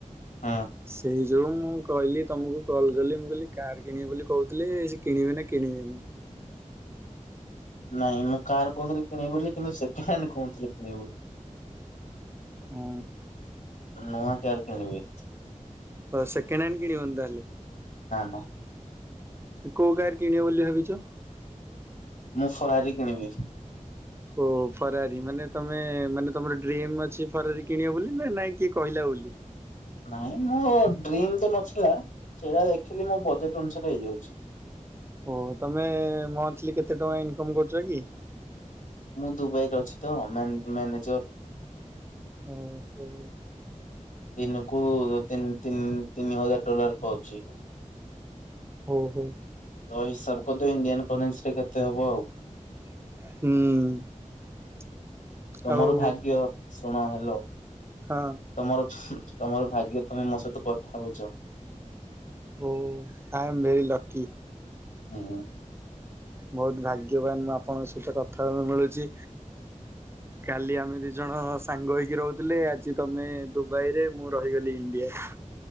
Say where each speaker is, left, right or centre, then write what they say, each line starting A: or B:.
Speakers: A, on the left; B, on the right.
A: ହୁଁ
B: ସେଇ ଯୋଉଁ ମୁଁ କହିଲି ତମକୁ କଲ୍ କଲି ମୁଁ କହିଲି କାର୍ କିଣିବି ବୋଲି କହୁଥିଲେ। ସେ କିଣିବେ ନା କିଣିବେନି। <inaudible>
A: ନାଇଁ ମୁଁ କାର୍ କହୁଥିଲି କିଣିବ ବୋଲି କିନ୍ତୁ ସେକେଣ୍ଡ ହ୍ୟାଣ୍ଡ କହୁନଥିଲି କିଣିବି ବୋଲି।
B: ହୁଁ।
A: ନୂଆ କାର କିଣିବି।
B: ହ ସେକେଣ୍ଡ ହ୍ୟାଣ୍ଡ କିଣିବନି ତାହେଲେ।
A: ହଁ।
B: କୋଉ କାହାର କିଣିବ ବୋଲି ଭାବିଛ?
A: ମୁଁ ଫରାରୀ କିଣିବି।
B: ଓ ଫରାରି ମାନେ ତମେ ମାନେ ତମର ଡ୍ରିମ ଅଛି ଫରାରୀ କିଣିବ ବୋଲି ନା ନାଇଁ। କିଏ କହିଲା ବୋଲି?
A: ନାଇଁ ମୋ ଡ୍ରି ମ ତ ନଥିଲା ସେଇଟା ଦେଖିଲି ମୋ ବଜେଟ୍ ଅନୁସାରେ ହେଇଯାଉଛି।
B: ଓ ତମେ ମନ୍ଥଲୀ କେତେ ଟଙ୍କା ଇନକମ୍ କରୁଛ କି?
A: ମୁଁ ଦୁବାଇରେ ଅଛି ତ ମ୍ୟାନେଜର।
B: ଓ ହୋ।
A: ଦିନକୁ ତିନି ତିନି ତିନି ହଜାର ଡଲାର ପାଉଛି।
B: ହୋ ହୋ।
A: ତ ହିସାବ କରିଦବ ଇଣ୍ଡିଆନ କରେନ୍ସିରେ କେତେ ହବ ଆଉ।
B: ହୁଁ।
A: ତମର
B: ଆଉ
A: ଭାଗ୍ୟ ଶୁଣ ହାଲୋ।
B: ହଁ
A: ତମର ଭାଗ୍ୟ ତମେ ମୋ ସହିତ କଥା ହଉଚ।
B: Oh I am very lucky.
A: ହୁଁ।
B: ବହୁତ ଭାଗ୍ୟବାନ ମୁଁ ଆପଣଙ୍କ ସହିତ କଥା ହବାକୁ ମିଳୁଚି। କାଲି ଆମେ ଦି ଜଣ ସାଙ୍ଗ ହେଇକି ରହୁଥିଲେ ଆଜି ତମେ ଦୁବାଇରେ ମୁଁ ରହିଗଲି ଇଣ୍ଡିଆ